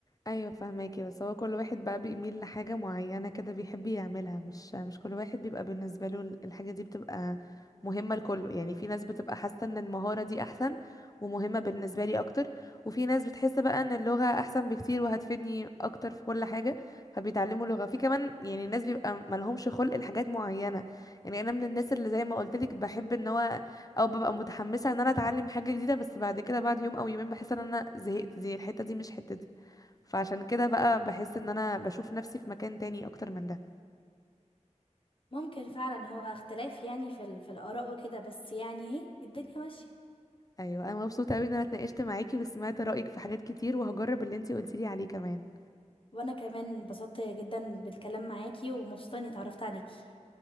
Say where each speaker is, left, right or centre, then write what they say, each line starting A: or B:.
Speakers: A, on the left; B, on the left.
A: ايوه فهماكي بس هو كل واحد بقى بيميل لحاجة معينة كده بيحب يعملها مش مش كل واحد بيبقى بالنسبة له ال- الحاجة دي بتبقى مهمة لكله يعني في ناس بتبقى حاسة ان المهارة دي احسن ومهمة بالنسبة لي اكتر وفي ناس بتحس بقى ان اللغة احسن بكتير وهتفيدني اكتر في كل حاجة فبيتعلموا لغة في كمان يعني ناس بيبقى ملهمش خلق لحاجات معينة يعني انا من الناس اللي زي ما قلتلك بحب ان هو او ببقى متحمسة ان انا اتعلم حاجة جديدة بس بعد كده بعد يوم او يومين بحس ان انا زهقت دي الحتة دي مش حتتي فعشان كده بقى بحس ان انا بشوف نفسي في مكان تاني اكتر من ده
B: ممكن فعلا هو اختلاف يعني في ال... في الاراء وكده بس يعني ايه الدنيا ماشية
A: ايوه انا مبسوطه قوي ان انا اتناقشت معاكي وسمعت رايك في حاجات كتير وهجرب اللي انتي قلتيلي عليه كمان
B: وانا كمان انبسطت جدا بالكلام معاكي ومبسوطة اني اتعرفت عليكي